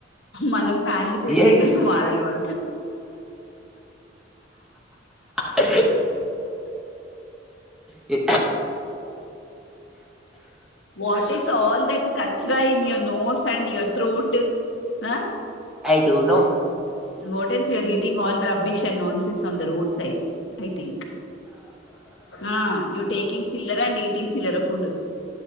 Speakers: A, on the left; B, in the centre.
A: మనం ఫ్యాన్లు చేపియక
B: ఎస్
A: బాధలు పడుతు
B: <unintelligible> ఇ
A: వాట్ ఈస్ ఆల్ దట్ కచరా ఇన్ ఇయ నోస్ అండ్ ఇవత్ త్రూట్ ఆ
B: ఐ డు నో
A: వాటెన్స్ you are eating all rubbish nonsense on the road side I think ఆ యూ టేకింగ్ చిలర్ అండ్ ఈటింగ్ చిల్లర ఫు